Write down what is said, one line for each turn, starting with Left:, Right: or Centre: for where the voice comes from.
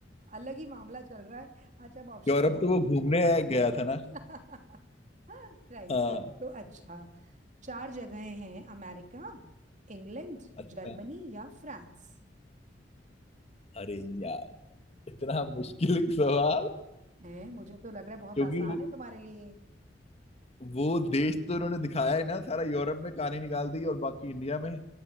Right: अलग ही मामला चल रहा है अच्छा अब ऑप्शन
Left: यूरोप तो वो घूमने गया था ना
Right: <laughs> राइट
Left: हाँ
Right: तो अच्छा चार जगहें हैं अमेरिका इंग्लैंड
Left: अच्छा
Right: जर्मनी या फ्रांस
Left: अरे यार इतना मुश्किल सवाल
Right: हैं मुझे तो लग रहा है बहुत
Left: क्योंकि
Right: आसान
Left: वो
Right: है तुम्हारे लिए
Left: वो देश तो इन्होंने दिखाया है ना सारा यूरोप में कहानी निकाल दी और बाकी इंडिया में